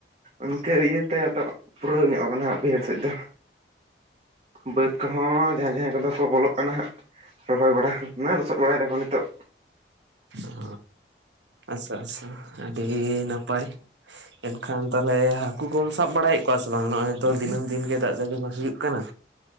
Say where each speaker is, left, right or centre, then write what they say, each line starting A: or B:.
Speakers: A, on the right; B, on the right.
A: ᱤᱱᱠᱟᱹ ᱤᱭᱟᱹᱛᱮ ᱟᱫᱚ ᱯᱩᱨᱟᱹᱣ ᱧᱚᱜ ᱠᱟᱱᱟ ᱦᱟᱸᱜ ᱵᱟᱹᱭᱦᱟᱹᱲ ᱥᱮᱫ ᱫᱚ᱾ ᱵᱟᱹᱫᱽ ᱠᱚᱦᱚᱸ ᱡᱟᱦᱟᱸᱭ ᱡᱟᱦᱟᱸᱭ ᱠᱚᱹᱫᱚ ᱠᱚ ᱵᱚᱞᱚᱜ ᱠᱟᱱᱟ ᱦᱟᱸᱜ ᱨᱚᱦᱚᱼᱭ ᱵᱟᱲᱟᱹ ᱢᱟ ᱞᱚᱥᱚᱫ ᱵᱟᱲᱟᱭ ᱫᱟᱠᱚ ᱱᱤᱹᱛᱚᱜ
B: ᱚ ᱟᱪᱷᱟ ᱟᱪᱷᱟ ᱟᱹᱰᱤ ᱱᱟᱯᱟᱭ᱾ ᱮᱱ ᱠᱷᱟᱱᱹ ᱛᱟᱞᱦᱮ ᱦᱟᱹᱠᱩ ᱠᱚᱢ ᱥᱟᱵ ᱵᱟᱹᱲᱟᱭᱮᱫ ᱠᱚᱣᱟ ᱥᱮ ᱵᱟᱝ ᱱᱚᱜᱼᱚᱭ ᱛᱚ ᱫᱱᱟᱹᱢ ᱫᱤᱱᱜ ᱜᱮ ᱫᱟᱜ ᱡᱟᱹᱲᱤ ᱵᱟᱝ ᱦᱩᱭᱩᱜ ᱠᱟᱱᱟ